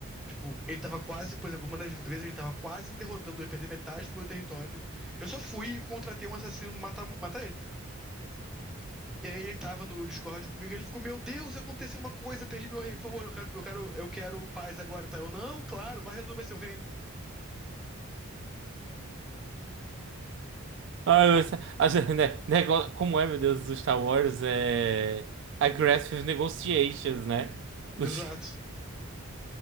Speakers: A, in the centre; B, on the right.
A: tipo, ele tava quase, por exemplo, uma das vezes ele tava quase me derrotando, eu ia perder metade do meu território. Eu só fui e contratei um assassino pra matar, matar ele. E aí ele tava no Discord comigo, e ele ficou, meu Deus, aconteceu uma coisa, perdi meu rei, por favor, eu quero, eu quero, eu quero paz agora, tá? Eu, não, claro, vai resolver seu reino.
B: Ah, você- a gente- <laughs> né, nego- como é, meu Deus, o Star Wars é aggressive negotiations, né? <laughs>
A: Exato.